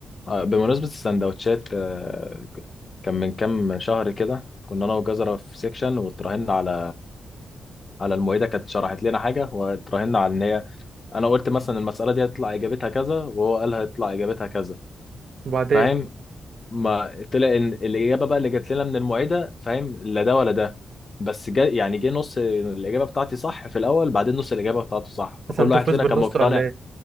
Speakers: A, on the left; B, on the right.
A: آه، بمناسبه السندوتشات آه، كان من كام شهر كده كنا انا وجزرة في سيكشن واتراهنا على على المعيده كانت شرحت لنا حاجه واتراهنا على ان هي انا قلت مثلا المساله دي هتطلع اجابتها كذا وهو قال هتطلع اجابتها كذا
B: وبعدين
A: فاهم ما طلع ان الاجابه بقى اللي جت لنا من المعيده فاهم لا ده ولا ده بس جا يعني جه نص الاجابه بتاعتي صح في الاول بعدين نص الاجابه بتاعته صح فكل
B: قسمت
A: واحد
B: الفلوس
A: فينا
B: بالنص
A: كان مقتنع
B: ولا ايه